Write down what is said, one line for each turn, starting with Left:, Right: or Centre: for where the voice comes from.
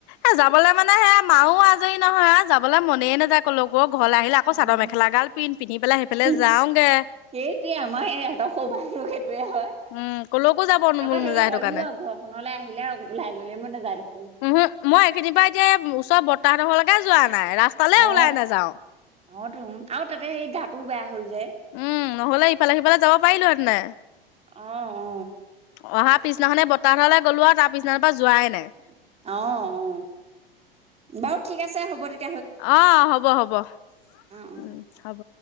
Left: এ যাবলৈ মানে সেয়া মাও আজৰি নহয় আ যাবলে মনেই নাযায় ক'লোকো। ঘৰলে আহিলে আক
Right: উম,
Left: চাদৰ মেখেলা গাল পিন্ধ পিন্ধি পেলাই সেইফালে
Right: কি
Left: যাওঁগে।
Right: সেইটোৱে আমাৰ এ এহেত সৌবা <unintelligible> টোৱে হয়।
Left: উম কলৈকো যাব
Right: আকৌ
Left: মন
Right: হেৰি
Left: নাযায়
Right: হয়ও
Left: সেইটো কাৰণে।
Right: বা ঘৰখনলে আহিলে ওলাই গ'লে মানে যায় দেখ
Left: উহু মই এইখিনি পা এতিয়া ওচৰত বৰ্তাহসেতৰ ঘৰলেকে যোৱা নাই ৰাস্তালে
Right: অ
Left: ওলাই নাযাও।
Right: অ তোহুন আও তাতে সেই গাটো বেয়া। হ'ল যে
Left: উম নহলে ইফালে সিফালে যাব পাৰিলো হেতেনে।
Right: অ অ
Left: অহা পিছদিনাখনে বৰ্তাহত ঘৰলে গ'লো আও তাৰ পিছদিনা পৰা যোৱাই নাই
Right: অ অ বাৰু ঠিক আছে হ'ব তেত
Left: অ হ'ব হ'ব
Right: অ অ
Left: উম হ'ব